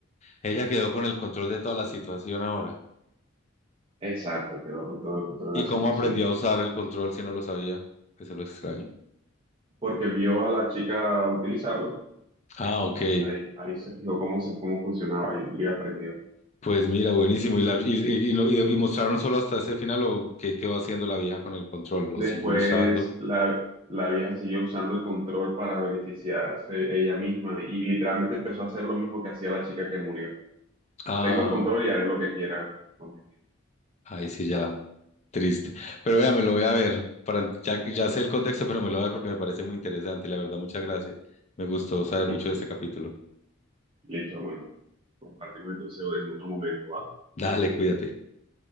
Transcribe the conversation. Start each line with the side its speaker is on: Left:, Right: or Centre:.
Left: Ella quedó con el control de toda la situación ahora.
Right: Exacto, quedó con todo el control
Left: ¿Y
Right: de la
Left: cómo
Right: situación.
Left: aprendió a usar el control si no lo sabía? Eso es lo extraño.
Right: Porque vio a la chica utilizarlo,
Left: Ah, ok.
Right: ahí, ahí se fijó cómo, se- cómo funcionaba y, y aprendió.
Left: Pues mira, buenísimo. ¿Y, la, y, y- y lo- y- y mostraron solo hasta ese final o qué, qué va haciendo la vieja con el control? ¿Lo
Right: Después
Left: sigue usando?
Right: la, la vieja siguió usando el control para beneficiarse ella misma y literalmente empezó a hacer lo mismo que hacía la chica que murió.
Left: Ah,
Right: Tengo el control y haré lo que quiera. con mi vida.
Left: ahí sí ya, triste. Pero vea, me lo voy a ver. Para, ya, ya sé el contexto, pero me lo voy a ver porque me parece muy interesante. La verdad, muchas gracias. Me gustó saber
Right: Listo,
Left: mucho de este
Right: listo.
Left: capítulo.
Right: Listo, hermano. Compartimos entonces en otro momento, ¿va?
Left: Dale, cuídate.